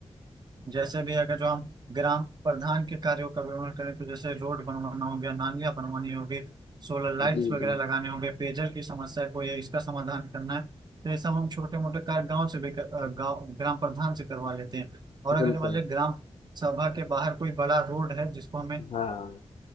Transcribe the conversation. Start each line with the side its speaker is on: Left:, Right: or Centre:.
Right: जैसे भी अगर जो हम ग्राम प्रधान के कार्यों का विवरण करें तो जैसे रोड बनवाना हो गया नालियां बनवानी होगी सोलर लाइट्स
Left: जी
Right: वगैरह
Left: जी
Right: लगाने होंगे पेयजल की समस्या को या इसका समाधान करना है तो ये सब हम छोटे मोटे कार्य गांव से भी कर- अ, गाँव ग्राम प्रधान से करवा लेते हैं और अगर
Left: बिल्कुल
Right: मान लीजिए ग्राम सभा के बाहर कोई बड़ा रोड है जिसको हमें
Left: हाँ